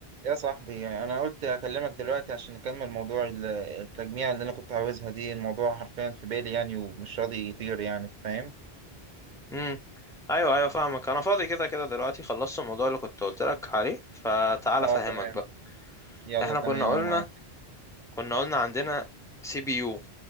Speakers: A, on the right; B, in the centre.
A: يا صاحبي انا قلت اكلمك دلوقتي عشان نكمل موضوع ال- التجميع اللي انا كنت عاوزها دي الموضوع حرفيا في بالي يعني ومش راضي يطير يعني انت فاهم
B: امم ايوه ايوه فاهمك انا فاضي كده كده دلوقتي خلصت الموضوع اللي كنت قلت لك عليه فتعال
A: اه
B: افهمك
A: تمام
B: بقى
A: يلا
B: احنا
A: تمام
B: كنا قلنا
A: انا معاك
B: كنا قلنا عندنا سي بي يو